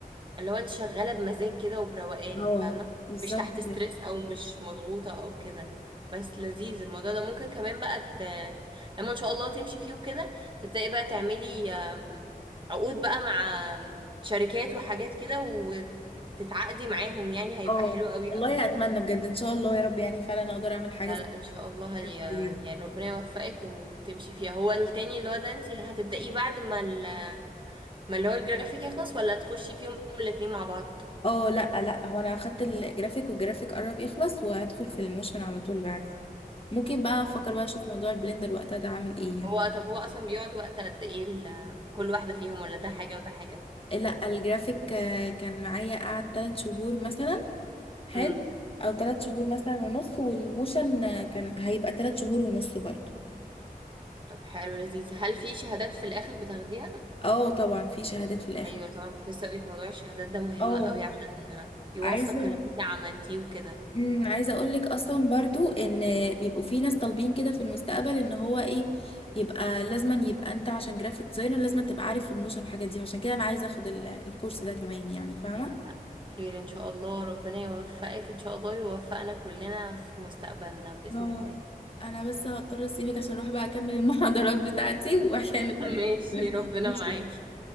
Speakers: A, on the right; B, on the left.
A: اللي هو انت شغاله بمزاج كده وبروقان
B: اه
A: فاهمه
B: بالظبط
A: مش تحت ستريس
B: كده
A: او مش مضغوطه او كده بس لذيذ الموضوع ده ممكن كمان بقى ت... لما ان شاء الله تمشي فيه وكده تبداي بقى تعملي آم، عقود بقى مع آم، شركات وحاجات كده وتتعاقدي معاهم يعني هيبقى
B: اه
A: حلو قوي
B: والله
A: قوي
B: اتمنى بجد ان شاء الله يا رب يعني فعلا اقدر اعمل حاجه
A: لا
B: زي
A: لا ان شاء
B: كده
A: الله هي
B: بجد.
A: يعني ربنا يوفقك وتمشي فيها هو التاني اللي هو ده انت هتبدأيه بعد ما ال... ما اللي هو الجرافيك يخلص ولا تخشي فيهم الاتنين مع بعض
B: اه لا لا هو انا اخدت الجرافيك والجرافيك قرب يخلص وهدخل في الموشن على طول بعد ممكن بقى افكر
A: مم.
B: بقى اشوف موضوع البلندر وقتها ده عامل ايه يعني
A: هو طب هو اصلا بيقعد وقت قد ايه ال... كل واحدة فيهم ولا ده حاجة وده حاجة
B: لا الجرافيك آه، كان معايا قعد تلات شهور مثلا حلو
A: امم
B: او تلات شهور مثلا ونص والموشن آه، كان هيبقى تلات شهور ونص برضه
A: طب حلو لذيذ هل في شهادات في الاخر بتاخديها
B: اه طبعا في شهادات في الاخر
A: ايوه طبعا كنت لسه اقولك موضوع الشهادات ده مهم
B: اه
A: قوي عشان يوثق
B: عايزه
A: اللي انت عملتيه وكده
B: امم عايزه اقول لك اصلا برضو ان بيبقوا في ناس طالبين كده في المستقبل ان هو ايه يبقى لازما يبقى انت عشان جرافيك ديزاينر لازم تبقى عارف الموشن والحاجات دي عشان كده انا عايزه اخد ال- الكورس ده كمان يعني فاهمه
A: ايوه لا خير ان شاء الله ربنا يوفقك ان شاء الله يوفقنا كلنا في مستقبلنا بإذن
B: اه
A: الله
B: انا بس هضطر اسيبك عشان اروح بقى اكمل المحاضرات بتاعتي وعشان
A: <laughs>
B: انا
A: ماشي
B: كده
A: ربنا
B: ماشي
A: معاكي